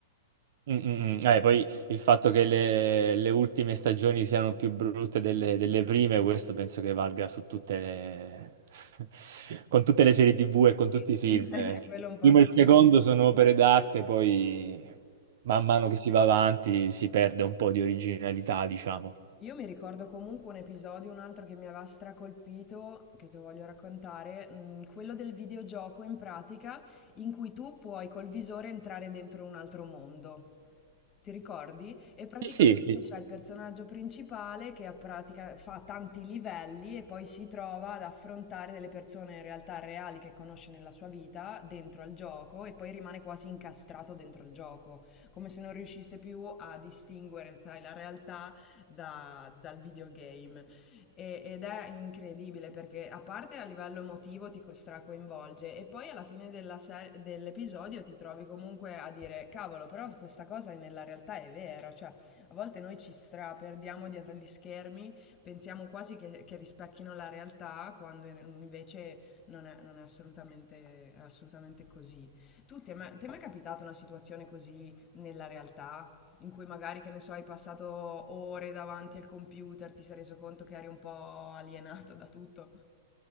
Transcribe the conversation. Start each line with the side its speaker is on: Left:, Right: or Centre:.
Right: Mm, mm, mm. Eh, poi il fatto che le, le ultime stagioni siano più brutte delle, delle prime, questo penso che valga su tutte le... <laughs> con tutte le serie TV e con tutti
Left: Sì.
Right: i film.
Left: <laughs>
Right: Eh,
Left: Quello
Right: Il
Left: un po'
Right: primo
Left: sì.
Right: e il secondo sono opere d'arte, poi man mano che si va avanti si perde un po' di originalità, diciamo.
Left: Io mi ricordo comunque un episodio, un altro che mi aveva stracolpito, che te lo voglio raccontare, mm, quello del videogioco in pratica in cui tu puoi col visore entrare dentro un altro mondo. Ti ricordi? E praticamente
Right: Sì, sì, sì,
Left: c'è il personaggio principale che a pratica fa tanti livelli e poi si trova ad affrontare delle persone in realtà reali che conosce nella sua vita dentro al gioco e poi rimane quasi incastrato dentro il gioco, come se non riuscisse più a distinguere, sai, la realtà da- dal videogame E- ed è incredibile perché a parte a livello emotivo ti co- stracoinvolge e poi alla fine della ser- dell'episodio ti trovi comunque a dire cavolo, però questa cosa nella realtà è vera, cioè a volte noi ci straperdiamo dietro gli schermi, pensiamo quasi che, che rispecchino la realtà quando in- invece non è, non è assolutamente, è assolutamente così. Tu, ti è mai, ti è mai capitata una situazione così nella realtà in cui magari, che ne so, hai passato ore davanti al computer, ti sei reso conto che eri un po' alienato da tutto.